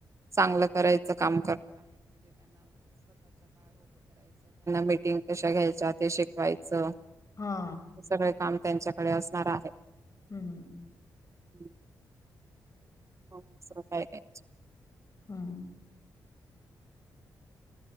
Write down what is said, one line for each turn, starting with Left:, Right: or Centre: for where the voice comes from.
Right: चांगलं करायचं काम, फटिंग कशा घ्यायचा ते शिकवायचं.
Left: हा,
Right: हे सगळे काम त्यांच्याकडे असणार.
Left: हम्म
Right: <unintelligible> <unintelligible>
Left: हम्म